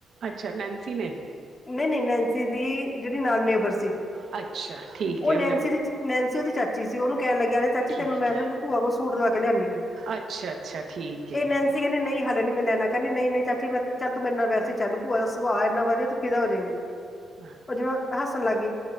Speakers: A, on the right (about 65°); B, on the left (about 35°).
A: ਅੱਛਾ ਨੈਨਸੀ ਨੇ।
B: ਨਹੀਂ ਨਹੀਂ ਨੈਨਸੀ ਦੀ ਜਿਹੜੀ ਨਾਲ ਨੇਬਰ ਸੀ।
A: ਅੱਛਾ। ਅੱਛਾ ਠੀਕ,
B: ਉਹ
A: ਹੈ
B: ਨੈੰਸੀ
A: ਉਹਨੇ
B: ਦੀ ਨੈਸੀ ਉਹਦੀ ਚਾਚੀ ਸੀ ਉਹਨੂੰ ਕਹਿਣ ਲੱਗੀ ਆ ਜਾ ਚਾਚੀ
A: ਠੀਕ
B: ਤੈਨੂੰ ਮੈਂ
A: ਹੈ
B: ਨਾ। ਭੂਆ ਕੋਲ ਸੂਟ ਦਵਾ ਕੇ ਲਿਆਦੀ ਆ,
A: ਅੱਛਾ ਅੱਛਾ ਠੀਕ ਹੈ
B: ਇਹ ਨੈਨਸੀ ਕਹਿੰਦੇ ਨਹੀਂ। ਹਾਲ ਨੀ ਮੈਂ ਲੈਣਾ ਕਹਿੰਦੀ ਨਹੀਂ ਨਹੀਂ ਚਾਚੀ ਚੱਲ ਤੂੰ ਮੇਰੇ ਨਾਲ ਵੈੇਸੇ ਈ ਚੱਲ ਭੂਆ ਦਾ ਸੁਭਾਅ ਇੰਨਾ ਵਧੀਆ ਤੂੰ ਫਿਦਾ ਹੋ ਜਾਏਗੀ।
A: ਹਾਂ।
B: ਉਹ ਜਿਵੇਂ ਹੱਸਣ ਲੱ ਗਈ।